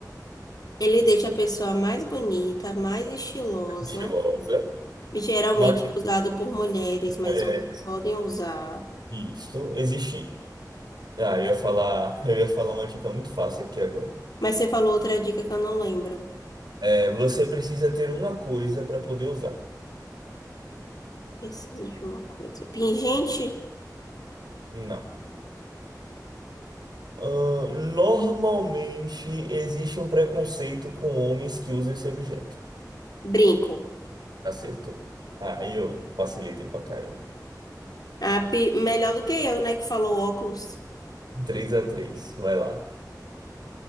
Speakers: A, on the left (about 65°); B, on the right (about 80°).
A: Ele deixa a pessoa mais bonita, mais estilosa.
B: Estilosa,
A: Geralmente
B: mais
A: usado por mulheres, mas
B: mulheres.
A: homens podem usar.
B: Isso existe. Ah, eu ia falar, eu ia falar uma dica muito fácil aqui agora.
A: Mas você falou outra dica que eu não lembro.
B: É, você precisa ter uma coisa para poder usar.
A: Preciso de uma coisa. Pingente,
B: Não. Ahn, normalmente existe um preconceito com homens que usam esse objeto.
A: brinco.
B: Acertou. Aí eu facilitei pra caramba.
A: Ah, pi- melhor do que eu, né, que falou óculos.
B: três a três, vai lá.